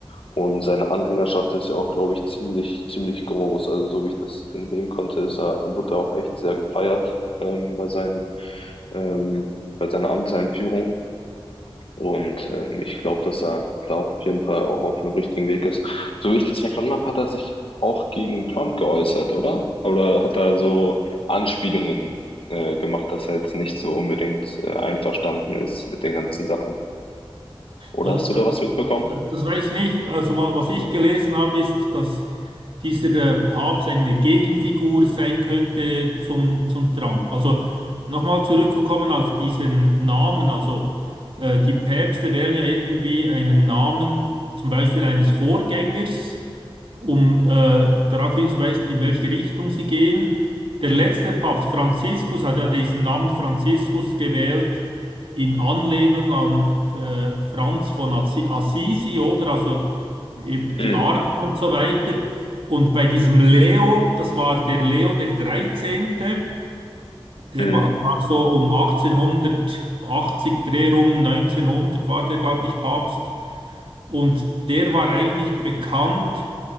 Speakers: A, on the left; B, on the right.
A: Und seine Anhängerschaft ist ja auch, glaube ich, ziemlich, ziemlich groß. Also so wie ich das entnehmen konnte, ist er, wurde er auch echt sehr gefeiert ähm, bei seinen, ähm, bei seiner Amtseinführung. Und ähm, ich glaube, dass er da auf jeden Fall auch auf einem richtigen Weg ist. So wie ich das verstanden habe, hat er sich auch gegen Trump geäußert, oder? Oder hat er so Anspielungen äh, gemacht, dass er jetzt nicht so unbedingt äh, einverstanden ist mit den ganzen Sachen? Oder
B: Also,
A: hast
B: da-
A: du da was mitbekommen?
B: Das weiß ich nicht. Also wa- was ich gelesen habe, ist, dass dieser äh, Papst eine Gegenfigur sein könnte zum, zum Trump. Also nochmal zurückgekommen auf diesen Namen. Also äh, die Päpste wählen ja irgendwie einen Namen, zum Beispiel eines Vorgängers, um äh, darauf hinzuweisen, in welche Richtung sie gehen. Der letzte Papst, Franziskus, hat ja diesen Namen Franziskus gewählt in Anlehnung an äh, Franz von Assi- Assisi, oder? Also eben
A: Mhm.
B: die Armen und so weiter. Und bei diesem Leo, das war der Leo der dreizehnte der
A: Mhm.
B: war, war so um 1880 Dreh rum, 1900 war der, glaube ich, Papst. Und der war eigentlich bekannt,